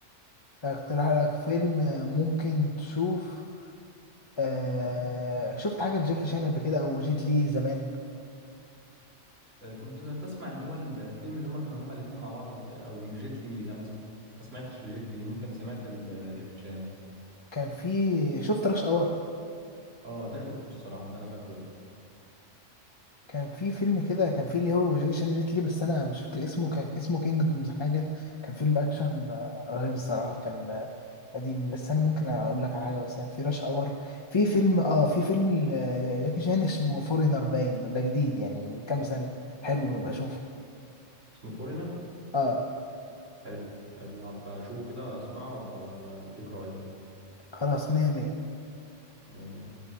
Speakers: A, on the left; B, on the right.
A: اقترح لك فيلم آه، ممكن تشوف آه شفت حاجة لجاكي شان قبل كده او جيت لي زمان
B: آه كنت ب- بسمع اللي هو ال- الفيلم اللي هما كانوا هما الاتنين مع بعض او مش جيت لي لا ما سم- ما سمعتش لجيت لي ممكن سمعت ال- جاكيت شان
A: كان في شفت رش اور
B: اه ده شفته الصراحة ده انا فاكره ده
A: كان في فيلم كده كان فيه اللي هو جاكي جيت لي بس انا مش فاكر اسمه كان اسمه كينجدومز حاجه كان فيلم اكشن آه، رهيب الصراحه كان آه، قديم بس انا ممكن اقول لك على حاجه مثلا في راش اور في فيلم اه في فيلم ال- آه، جاكي شان اسمه فورينر باين ده جديد يعني من كام سنه حلو ببقى اشوفه
B: اسمه فورينر
A: اه
B: حلو حلو هبقى اشوفه كده اسمعه وابقى اديك رأيي يعني
A: خلاص مية مية
B: مية مية